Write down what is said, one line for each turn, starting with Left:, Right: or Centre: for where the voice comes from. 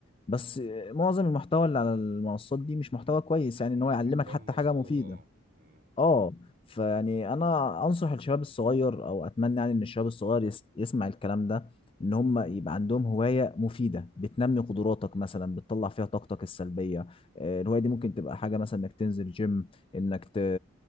Left: بس معظم المحتوى اللي على المنصات دي مش محتوى كويس يعني
Right: الم-
Left: ان هو
Right: المحتوى
Left: يعلمك حتى
Right: مشهور
Left: حاجه مفيده
Right: اه مم.
Left: اه فيعني انا انصح الشباب الصغير او اتمنى يعني ان الشباب الصغير يس يسمع الكلام ده ان هم يبقى عندهم هواية مفيدة بتنمي قدراتك مثلا بتطلع فيها طاقتك السلبية آه، الهواية دي ممكن تبقى حاجة مثلا انك تنزل جيم انك ت...